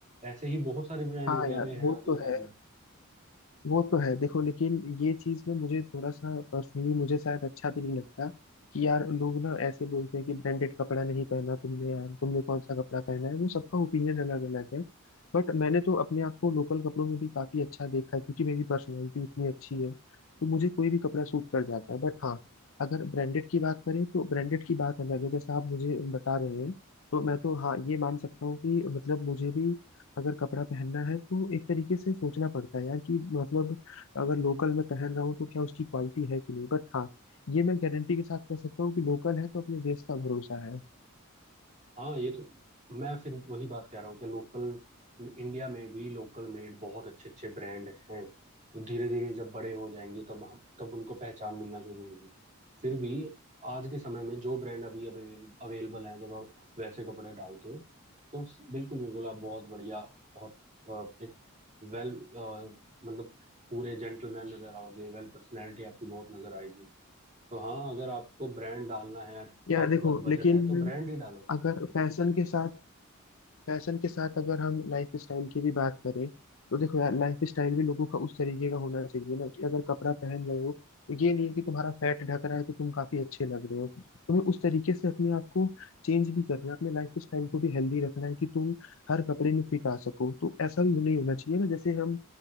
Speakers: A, on the right; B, on the left.
A: ऐसे ही बहुत सारे ब्रांड
B: हाँ
A: इंडिया
B: यार
A: में हैं
B: वो
A: आज
B: तो
A: के टाइम
B: है
A: में
B: वो तो है देखो लेकिन ये चीज ना मुझे थोड़ा सा पर्सनली मुझे शायद अच्छा भी नहीं लगता कि यार लोग ना ऐसे बोलते हैं कि ब्रांडेड कपड़ा नहीं पहना तुमने यार तुमने कौन सा कपड़ा पहना है वो सबका ओपिनियन अलग अलग है बट मैंने तो अपने आप को लोकल कपड़ों में भी काफी अच्छा देखा है क्योंकि मेरी पर्सनैलिटी इतनी अच्छी है तो मुझे कोई भी कपड़ा सूट कर जाता है बट हाँ अगर ब्रांडेड की बात करें तो ब्रांडेड की बात अलग है जैसा आप मुझे बता रहे हैं तो मैं तो हाँ ये मान सकता हूँ कि मतलब मुझे भी अगर कपड़ा पहनना है तो एक तरीके से सोचना पड़ता है यार कि मतलब अगर लोकल में पहन रहा हूँ तो क्या उसकी क्वालिटी है कि नहीं बट हाँ ये मैं गारंटी के साथ कह सकता हूँ कि लोकल है तो अपने देश का भरोसा है
A: हाँ ये तो मैं फिर वही बात कह रहा हूँ कि लोकल इंडिया में भी लोकल मेड बहुत अच्छे अच्छे ब्रांड हैं वो धीरे धीरे जब बड़े हो जाएंगे तब हम तब उनको पहचान मिलना शुरू होगी फिर भी आज के समय में जो ब्रांड अभी अवेल अवेलेबल हैं जब आप आप वैसे कपड़े डालते हो तो स- बिल्कुल बिल्कुल आप बहुत बढ़िया बहुत अ, एक वेल मतलब पूरे जेंटलमैन नजर आओगे वेल पर्सनैलिटी आपकी बहुत नजर आएगी तो हाँ अगर आपको ब्रांड डालना है
B: यार
A: आपके
B: देखो
A: पास बजट
B: लेकिन
A: है तो ब्रांड ही डालो
B: अगर फैशन के साथ फैशन के साथ अगर हम लाइफ स्टाइल की भी बात करें तो देखो यार लाइफ स्टाइल भी लोगों का उस तरीके का होना चाहिए ना कि अगर कपड़ा पहन रहे हो तो ये नहीं है कि तुम्हारा फैट ढक रहा है तो तुम काफी अच्छे लग रहे हो तुम्हें उस तरीके से अपने आप को चेंज भी करना है अपने लाइफ स्टाइल को भी हेल्दी रखना है कि तुम हर कपड़े में फिट आ सको तो ऐसा भी नहीं होना चाहिए ना जैसे हम